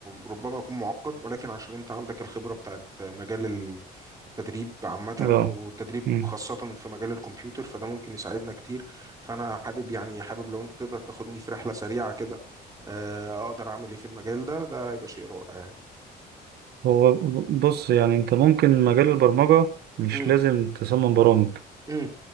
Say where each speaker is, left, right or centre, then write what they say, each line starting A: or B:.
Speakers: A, on the right; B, on the right.
A: ربما يكون معقد ولكن عشان أنت عندك الخبرة بتاعت مجال التدريب عامة
B: اه
A: والتدريب
B: مم.
A: خاصة في مجال الكمبيوتر فده ممكن يساعدنا كتير فأنا حابب يعني حابب لو أنت تقدر تاخدني في رحلة سريعة كده آه، أقدر أعمل إيه في المجال ده ده يبقى شيء رائع يعني
B: هو ب- بص يعني انت ممكن مجال البرمجة مش
A: مم،
B: لازم تصمم برامج
A: مم،